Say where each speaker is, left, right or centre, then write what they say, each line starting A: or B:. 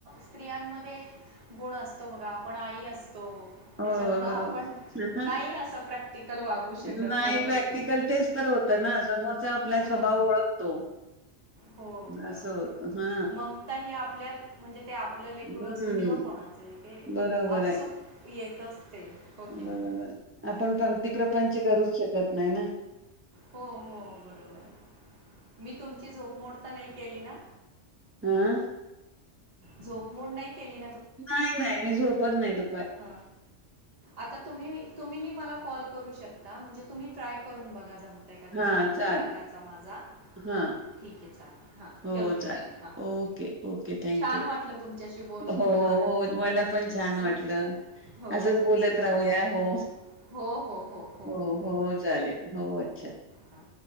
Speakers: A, on the right; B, on the right.
A: स्त्रियांमध्ये एक गुण असतो तो बघा आपण आई अस तो
B: हो
A: त्याच्यामुळ आपण
B: बरोबर
A: नाही असं प्रॅक्टिकल वागू शकत
B: नाही
A: बरोबर
B: प्रॅक्टिकल
A: कि नाही
B: तेच तर होत ना, समोरचा आपला स्वभाव
A: हम्म.
B: ओळखतो,
A: हो बरोबर
B: असं होत. हा
A: ममता ही आपल्या म्हणजे ते आपलं लेकरू
B: हम्म
A: असो किंवा कोणाचं ते
B: बरोबर
A: अपसूक
B: आहे.
A: येत असते हो
B: बरोबर
A: की नाही?
B: आपण पंक्ती प्रपंच
A: हं.
B: करूच शकत नाही ना.
A: हो, हो, बरोबर मी तुमची झोपमोड तर नाही केली ना?
B: आा..?
A: झोप मोड नाही- केली
B: नाही, नाही मी झोपत नाही दू
A: हा आता त तुम्ही तुम्ही मला कॉल करू शकता म्हणजे तुम्ही ट्राय करून बघा जम त्या का
B: हा
A: तिथं नंबर
B: चालेल
A: टाकायचा माझा
B: हा
A: हां ठीक आहे चालेल. हां
B: हो,
A: ठेवते
B: चालेल
A: मी हां
B: ओके, ओके थँक
A: छान
B: यू.
A: वाटलं तुमच्याशी बोलून
B: हो
A: मला आनंद
B: हो
A: झाला
B: मला पण छान
A: हं.
B: वाटलं
A: हो
B: असच
A: हो
B: बोलत
A: ठीक आहे
B: राहूया
A: चालेल
B: हो.
A: हो, हो,
B: हो,
A: हं.
B: हो, चालेल हो अच्छा.
A: हां.